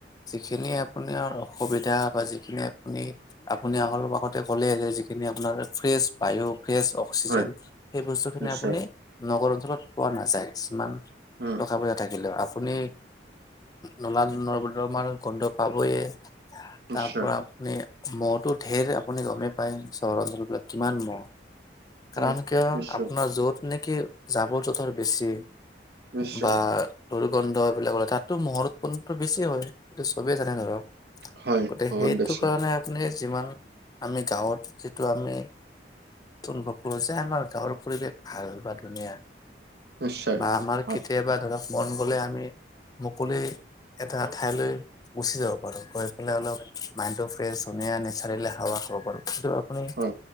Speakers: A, on the left; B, on the right.
A: যিখিনি আপোনাৰ অসুবিধা বা যিখিনি আপুনি আপুনি আগতেই ক'লে যিখিনি আপোনাৰ ফ্ৰেচ বায়ু গ্ৰেছ অক্সিজেন
B: হয়
A: সেই বস্তুখিনি
B: নিশ্চয়
A: আপুনি নগৰৰ দৰত পোৱা নাযায় কিছুমান
B: উম।
A: টকা পইচা থাকিলে আপুনি নলা নদৰমাৰ পৰা গোন্ধ পাবয়ে
B: নিশ্চয়
A: তাৰ পৰা মহটো ধেৰ আপুনি গমেই পায় চহৰ অঞ্চলবিলাক কিমান মহ।
B: হয়
A: কাৰণ কিয়
B: নিশ্চয়
A: আপোনাৰ য'ত নেকি জাবৰ জোথৰ বেছি
B: নিশ্চয়
A: বা দুৰ্গন্ধ এইবিলাকলে তাতো মহৰ উৎপন্নটো বেছি হয় সেইটো চবেই জানে ধৰক-
B: হয়
A: গতিকে
B: বহুত
A: সেইটো
B: বেছি
A: কাৰণে আপুনি যিমান আমি গাঁৱত যিটো আমি অনুভৱ কৰো যে আমাৰ গাঁৱৰ পৰিৱেশ ভাল বা ধুনীয়া।
B: নিশ্চয়
A: বা আমাৰ
B: হয়
A: কেতিয়াবা ধৰক মন গ'লে আমি মুকলি এটা ঠাইলৈ গুচি যাব পাৰো গৈ পেলাই অলপ মাইড ফ্ৰেছ নেচাৰ হাৱা খাব পাৰো সটো মানে
B: হয়